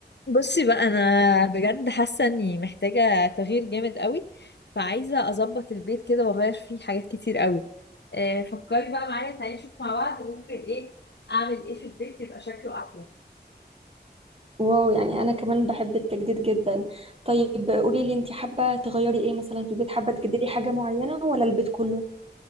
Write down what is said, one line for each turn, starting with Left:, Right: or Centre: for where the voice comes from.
Left: بصي بقى انا بجد حاسه اني محتاجه تغيير جامد قوي فعايزه اظبط البيت كده واغير فيه حاجات كتير قوي آه، فكري بقى معايا تعالي نشوف مع بعض ممكن ايه اعمل ايه في البيت يبقى شكله احلى
Right: واو يعني انا كمان بحب التجديد جدا طيب قولي لي انت حابه تغيري ايه مثلا في البيت حابه تجددي حاجه معينه ولا البيت كله